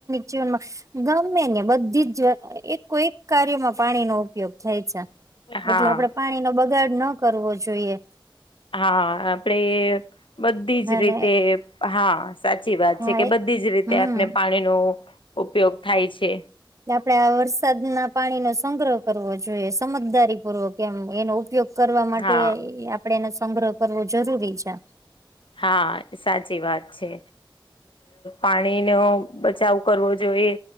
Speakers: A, on the right (about 40°); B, on the left (about 80°).
A: જીવનમાં ગમે ને બધી જ એકો એકો કાર્યમાં પાણી નો ઉપયોગ થાય છે
B: હા
A: એટલે આપડે પાણી નો બગાડ ન કરવો જોઈએ
B: હા આપડે બધી જ
A: અને
B: રીતે હા સાચી વાત
A: હા
B: છે કે બધી જ રીતે
A: હમ
B: આપને પાણીનુ ઉપયોગ થાય છે
A: એટલે આપડે આ વરસાદ ના પાણી નો સંગ્રહ કરવો જોઈએ સમજદારીપૂર્વક એમ એનો ઉ ઉપયોગ કરવા માટે
B: હા
A: આપડે એને સંગ્રહ કરવો જરૂરી છે
B: હા સાચી વાત છે પાણીનો બચાવ કરવો જોઈએ